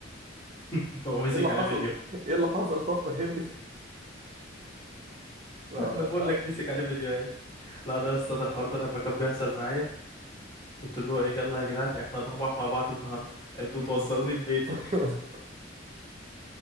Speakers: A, on the left; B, on the right.
A: <laughs> هو مسك
B: اللي حصل
A: عليه فيديو
B: ايه اللي حصل طب فهمني آه،
A: <laughs> أنا بقول
B: لا
A: لك مسك عليه فيديوهات لا أنا أصلا الحوار ده لما كان بيحصل معايا كنت اللي هو إيه يلا يا جدعان إحنا هنروح مع بعض النهاردة أنتوا
B: مم.
A: توصلوني لبيتي
B: <laughs>